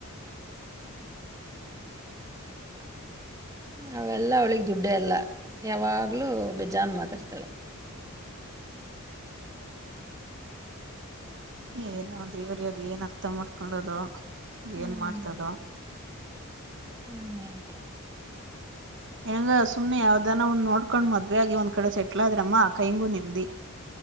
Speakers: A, on the right; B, on the right.
A: ಹ್ಮ ಅವೆಲ್ಲಾ ಅವ್ಳಿಗ್ ದುಡ್ಡೆ ಅಲ್ಲ ಯಾವಾಗ್ಲೂ ಬೇಜಾನ್ ಮಾತಾಡ್ತಾಳೆ.
B: ಏನೋ ದೇವ್ರೇ ಅದ ಏನ್ ಅರ್ಥ ಮಾಡ್ಕೊಂಡದೋ.
A: ಹ್ಮ್
B: ಏನ್ ಮಾಡ್ತದೊ.
A: ಹ್ಮ್
B: ಹೆಂಗ ಸುಮ್ನೆ ಯಾವ್ದಾನ ಒಂದ ನೋಡ್ಕೊಂಡ್ ಮದ್ವೆ ಆಗಿ ಒಂದ್ ಕಡೆ ಸೆಟ್ಲ್ ಆದ್ರೆ ಅಮ್ಮ ಕೈಂಗೂ ನೆಮ್ಮದಿ.